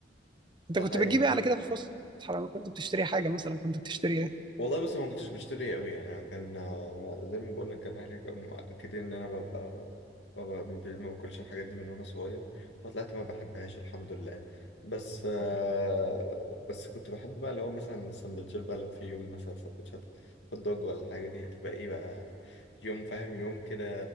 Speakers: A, on the right; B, on the left.
A: انت
B: ده
A: كنت
B: حقيقي
A: بتجيب ايه على كده في الفسحه لما كنت بتشتري حاجه مثلا كنت بتشتري ايه
B: والله بص أنا ما كنتش بشتري قوي يعني أنا كان آه، زي ما بقول لك كان اهلي كانوا مأكدين ان انا ببقى ببقى ما باكلش الحاجات دي من وانا صغير فطلعت ما بحبهاش الحمد لله بس آه، بس كنت بحب بقى اللي هو مثلا السندوتشات بقى لو في يوم مثلا سندوتشات هوت دوج ولا حاجة دي هتبقى ايه بقى يوم فاهم يوم كده